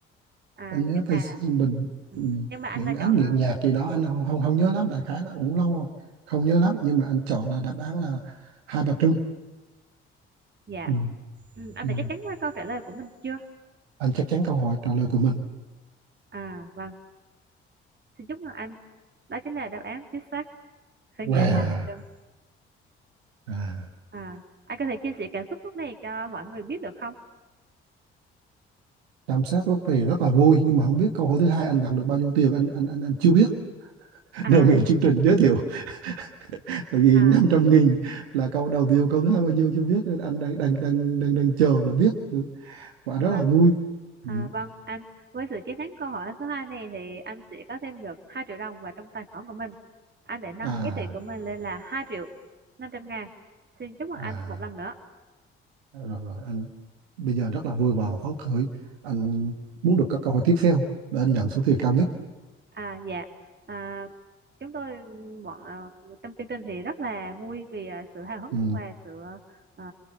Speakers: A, on the right; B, on the right.
A: À,
B: anh nhớ
A: nhưng
B: Tây
A: mà
B: Sương Bình
A: ừ,
B: ừ.
A: nhưng mà anh
B: nghiện
A: đã
B: anh
A: chọn
B: nghiện nhạc gì đó anh không không, không nhớ lắm đại khái nó cũng lâu rồi không nhớ lắm nhưng mà anh chọn là đáp án là Hai Bà Trưng
A: dạ.
B: ừ.
A: Ừ, anh
B: Ừ.
A: đã chắc chắn với câu trả lời của mình chưa?
B: anh chắc chắn câu hỏi trả lời của mình
A: À, vâng. Xin chúc mừng anh. Đó chính là đáp án chính xác. Khởi
B: wow
A: nghĩa Hai Bà Trưng.
B: à.
A: À, anh có thể chia sẻ cảm xúc lúc này cho mọi người biết được không?
B: Tam sát lúc này rất là vui nhưng mà không biết câu hỏi thứ hai anh nhận được bao nhiêu tiền anh anh anh, anh chưa biết
A: À,
B: <laughs> đề nghị chương trình giới thiệu tại vì
A: À.
B: 500 nghìn là câu đầu view câu thứ hai bao nhiêu chưa biết nên anh đang đang đang đang, đang chờ để biết Ừ, và rất
A: Vâng,
B: là vui
A: à,
B: Ừ.
A: vâng anh với sự chiến thắng câu hỏi số 2 này thì anh sẽ có thêm được 2 triệu đồng vào trong tài khoản của mình. Anh để nâng
B: à
A: giá trị của mình lên là hai triệu năm trăm ngàn. Xin chúc mừng
B: à
A: anh một lần nữa.
B: Rồi, rồi anh bây giờ rất là vui và phấn khởi anh muốn được các câu hỏi tiếp theo để anh nhận số tiền cao nhất
A: À dạ, à, chúng tôi bọn à, trong chương trình thì rất là vui vì à, sự hào hứng
B: ừ.
A: và sự à,